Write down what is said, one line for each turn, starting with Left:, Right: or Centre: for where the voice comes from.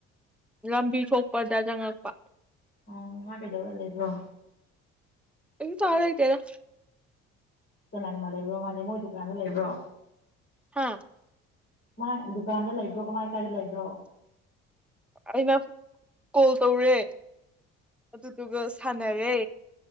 Centre: ꯂꯝꯕꯤ ꯊꯣꯛꯄꯗ ꯆꯪꯉꯛꯄ
Left: ꯑꯣ ꯃꯥ ꯀꯩꯗꯧꯔ ꯂꯩꯕ꯭ꯔꯣ
Centre: ꯀꯩꯁꯨ ꯇꯧꯔ ꯂꯩꯇꯦꯗ
Left: ꯀꯅꯥ ꯀꯅꯥ ꯂꯩꯕ꯭ꯔꯣ ꯃꯥꯗꯤ ꯃꯣꯏ ꯗꯨꯀꯥꯟꯗ ꯂꯩꯕ꯭ꯔꯣ
Centre: ꯍꯥꯥ
Left: ꯃꯥ ꯗꯨꯀꯥꯟꯗ ꯂꯩꯕ꯭ꯔꯣ ꯀꯃꯥꯏ ꯀꯥꯏꯗ ꯂꯩꯕ꯭ꯔꯣ
Centre: ꯑꯩꯅ ꯀꯣꯜ ꯇꯧꯔꯦ ꯑꯗꯨꯗꯨꯒ ꯁꯥꯟꯅꯔꯦ